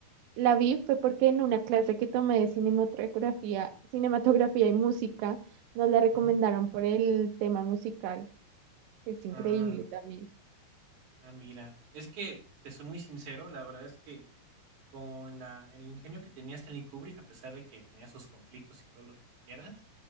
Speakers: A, on the right; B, on the right.
A: la vi fue porque en una clase que tomé de cinematografía, cinematografía y música, nos la recomendaron
B: ujú.
A: por el tema musical. Es increíble
B: Ah,
A: también.
B: ah, mira, es que te soy muy sincero, la verdad es que Con la el ingenio que tenía Stanley Kubrick, a pesar de que tenía sus conflictos y todo lo que tú quieras,